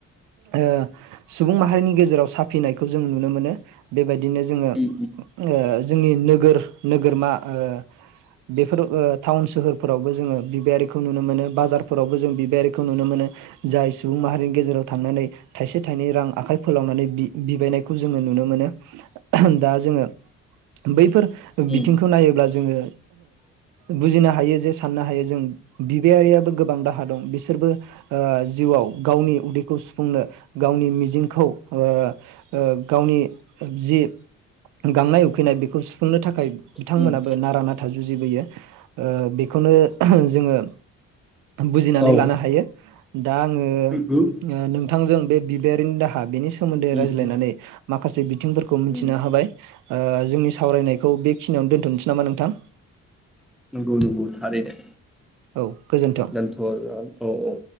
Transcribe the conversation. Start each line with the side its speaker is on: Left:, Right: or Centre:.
Right: ओ सुबुं माहारिनि गेजेराव जेराव साफिनायखौ जों नुनो मोनो बेबायदि बिदिनो जोङो
Centre: उम
Right: ओ जोंनि नोगोर नोगोरमा ओ बेफोर ओ टाउन सोहोरफोरावबो जोङो बिबायारिखौ नुनो मोनो बाजारफोरावबो जों बिबायारिखौ खौ नुनो मोनो जाय सुबुं माहारिनि गेजेराव थांनानै थाइसे थाइनै रां आखाइ फोलावनानै बि बिबायनायखौ जोङो नुनो मोनो दा जोङो बैफोर
Centre: उम
Right: बिथिंखौ नायोब्ला जोङो बुजिनो हायो जे साननो हायो जों बिबायारियाबो गोबां दाहा दं बिसोर बिसोरबो ओ जिउआव गावनि उदैखौ सुफुंनो गावनि मिजिंखौ ओ ओ गावनि जि गांनाय उखैनाय बेखौ सुफु सुंनो थाखाय बिथांमोनाबो
Centre: उम
Right: नारा नाथा जुजि जुजिबोयो ओ बेखौनो जोङो बुजिनानै
Centre: औ
Right: लानो दा आङो ओ
Centre: नंगौ
Right: नोंथांजों बे बिबाइयारिनि दाहा बेनि सो सोमोन्दै
Centre: उम
Right: रायज्लायनानै माखासे बिथिंफोरखौ मिथिनो
Centre: उम उम
Right: हाबाय ओ जोंनि सावरायनायखौ बेखिनियावनो दोनथ सै नामा नोंथां?
Centre: नोंगौ नोंगौ थारैनो।
Right: औ गोजोन्थों।
Centre: दोन्थ' जा औ औ